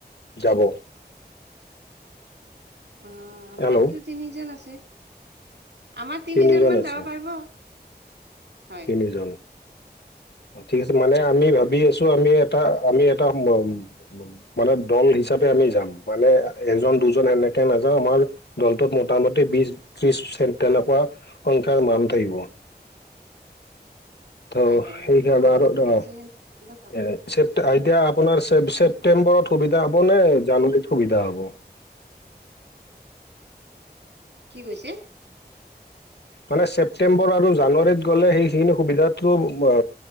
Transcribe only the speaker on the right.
অ আমাৰতো
তিনিজন আছে, আমাৰ তিনিজনমান
যাব পাৰিব। হয়
অ'
হয় হয়
হয়
ঠিকে
আছে সেনেকুৱা
কি কৈছে?